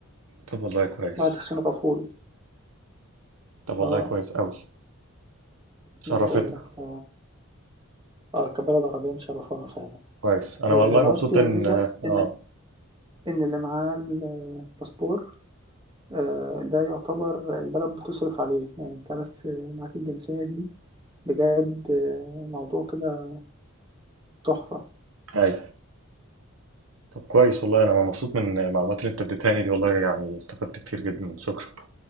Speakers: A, on the right; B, on the right.
A: طب والله كويس
B: بعد السنغافوري،
A: طب والله
B: آه.
A: كويس قوي شرفتنا
B: ما أنا باقول لك ف آه، كبلد عربية مشرّفانا فعلًا.
A: كويس انا
B: هي
A: والله
B: الإمارات
A: مبسوط
B: فيها
A: ان
B: ميزة
A: اه
B: إن إن اللي معاه الباسبور آآ، ده يعتبر البلد بتصرف عليه، يعني أنت بس معاك الجنسية دي بجد آه، موضوع كده تحفة.
A: هاي طب كويس والله انا مبسوط من المعلومات اللي انت اديتها لي دي والله يعني استفدت كتير جدا شكرا